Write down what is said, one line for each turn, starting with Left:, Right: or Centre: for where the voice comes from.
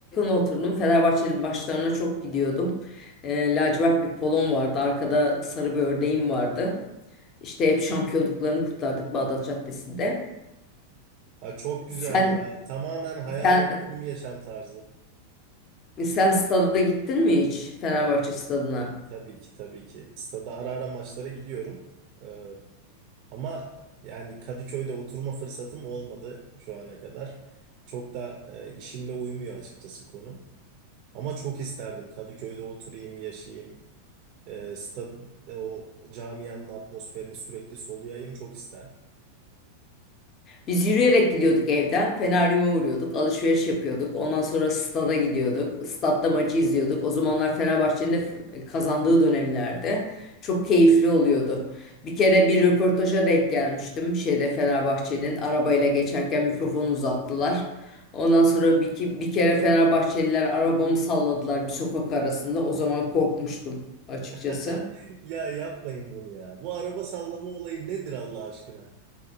Left: oturdum. Fenerbahçe'nin maçlarına çok gidiyordum. E, lacivert bir polon vardı. Arkada sarı bir ördeğim vardı. İşte hep şampiyonluklarını kutlardık Bağdat Caddesi'nde.
Right: Ya çok güzel
Left: Sen
Right: ya. Tamamen hayal
Left: sen
Right: ettiğim yaşam tarzı.
Left: sen stada gittin mi hiç Fenerbahçe
Right: Evet tabii.
Left: stadına?
Right: Tabii, tabii ki tabii ki. Stada ara ara maçlara gidiyorum. Ee, Ama yani Kadıköy'de oturma fırsatım olmadı şu ana kadar. Çok da e, işimle uymuyor açıkçası konum. Ama çok isterdim Kadıköy'de oturayım, yaşayayım. E, sta- e, o camianın atmosferini sürekli soluyayım çok isterdim.
Left: Biz yürüyerek gidiyorduk evden. Feneryum'a uğruyorduk. Alışveriş yapıyorduk. Ondan sonra stada gidiyorduk. Statta maçı izliyorduk. O zamanlar Fenerbahçe'nin de f- kazandığı dönemlerde. Çok keyifli oluyordu. Bir kere bir röportaja denk gelmiştim. Şeyde Fenerbahçe'nin arabayla geçerken mikrofonu uzattılar. Ondan sonra bir, ki- bir kere Fenerbahçeliler arabamı salladılar bir sokak arasında. O zaman korkmuştum açıkçası.
Right: <laughs> Ya yapmayın bunu ya. Bu araba sallama olayı nedir Allah aşkına?